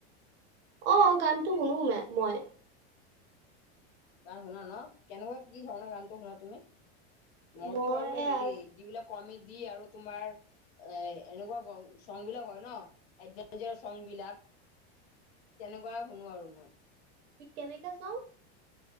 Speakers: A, on the right; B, on the left.
A: অ, গানটো শুনোয়ে মই।
B: গান শুনা ন, কেনেকুৱা কি ধৰণৰ গানটো শুনা তুমি? মইতো
A: মই
B: বাৰু হেৰি
A: আজ
B: যিবিলাক কমেডী আৰু তোমাৰ এনেকুৱা চচঙ বিলাক হয় ন, এই যে চচঙ বিলাক
A: <inaudible>
B: তেনেকুৱাই শুনো আৰু মই।
A: ত কেনেকে চং?